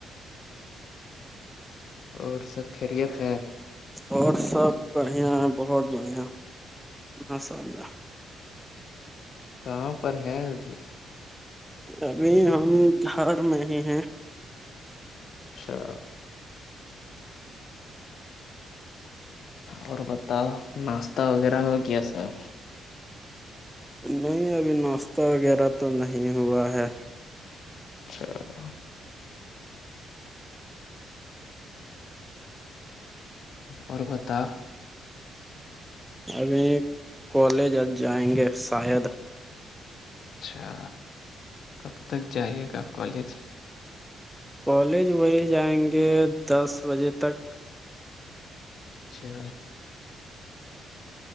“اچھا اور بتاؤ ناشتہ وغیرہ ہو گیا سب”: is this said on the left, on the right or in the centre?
Left